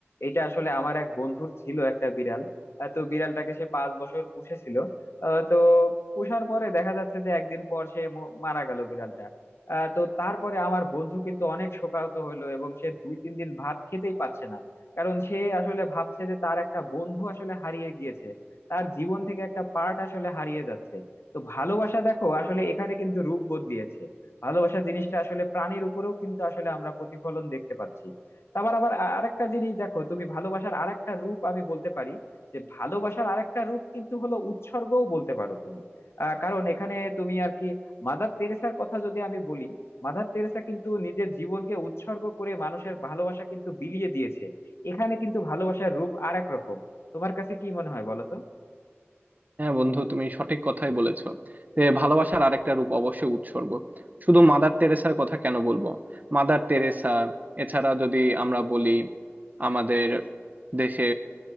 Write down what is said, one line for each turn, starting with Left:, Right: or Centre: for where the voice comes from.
Left: এটা আসলে আমার এক বন্ধুর ছিল একটা বিড়াল আহ, তো বিড়ালটাকে সে পাঁচ বছর পুষেছিল আহ, তো পুষার পরে দেখা যাচ্ছে যে একদিন পর সে ম- মারা গেল বিড়ালটা আহ, তো তারপরে আমার বন্ধু কিন্তু অনেক শোকাহত হলো এবং সে দুই তিন দিন ভাত খেতেই পারছে না কারণ সে আসলে ভাবছে যে তার একটা বন্ধু আসলে হারিয়ে গিয়েছে তার জীবন থেকে একটা পার্ট আসলে হারিয়ে যাচ্ছে তো ভালোবাসা দেখো আসলে এখানে কিন্তু রূপ বদলিয়েছে ভালোবাসা জিনিসটা আসলে প্রাণীর উপরেও কিন্তু আসলে আমরা প্রতিফলন দেখতে পাচ্ছি তারপর আবার আ- আরেকটা জিনিস দেখো তুমি ভালোবাসার আরেকটা রূপ আমি বলতে পারি যে ভালোবাসার আরেকটা রূপ কিন্তু হলো উৎসর্গও বলতে পারো তুমি আহ, কারণ এখানে তুমি আর কি মাদার তেরেসার কথা যদি আমি বলি মাদার তেরেসা কিন্তু নিজের জীবনকে উৎসর্গ করে মানুষের ভালোবাসা কিন্তু বিলিয়ে দিয়েছে এখানে কিন্তু ভালোবাসার রূপ আর এক রকম তোমার কাছে কি মনে হয় বলো তো
Right: হ্যাঁ বন্ধু তুমি সঠিক কথাই বলেছো যে ভালোবাসার আরেকটা রূপ অবশ্যই উৎসর্গ শুধু মাদার তেরেসার কথা কেন বলবো মাদার তেরেসা এছাড়া যদি আমরা বলি আমাদের দেশে